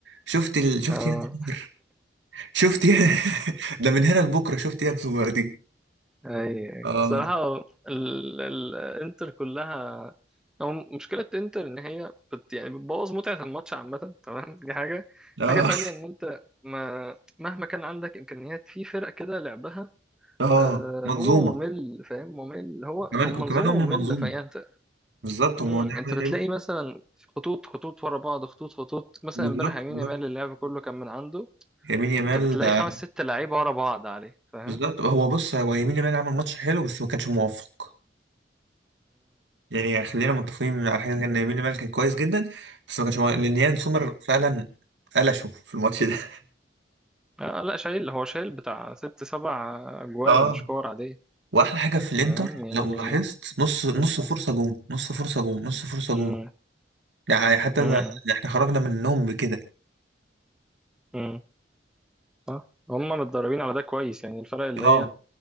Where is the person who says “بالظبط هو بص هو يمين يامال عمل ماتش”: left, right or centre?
Right